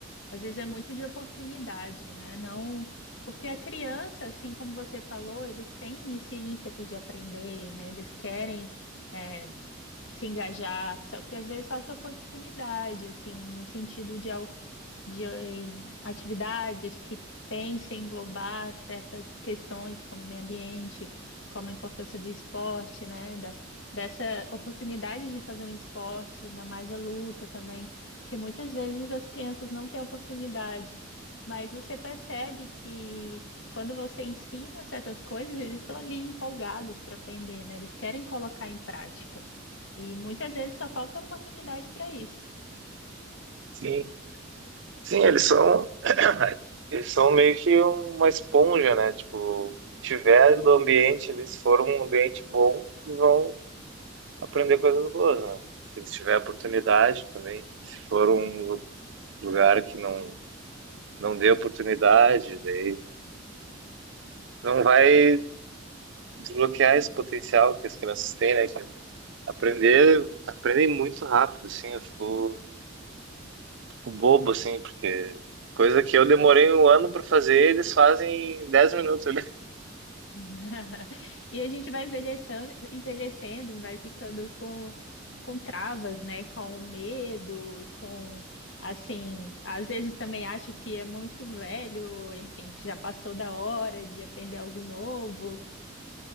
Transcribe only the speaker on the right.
Sim, sim, eles são, eles são meio que uma esponja, né? Tipo, o que tiver do ambiente, eles foram um ambiente bom, eles vão aprender coisas boas, né? Se tiver oportunidade também. Se for um lu- lugar que não, não dê oportunidade, daí não vai desbloquear esse potencial que as crianças têm, né? Que aprender, aprendem muito rápido, assim. Eu fico, fico bobo, assim, porque coisa que eu demorei um ano para fazer, eles fazem em 10 minutos ali.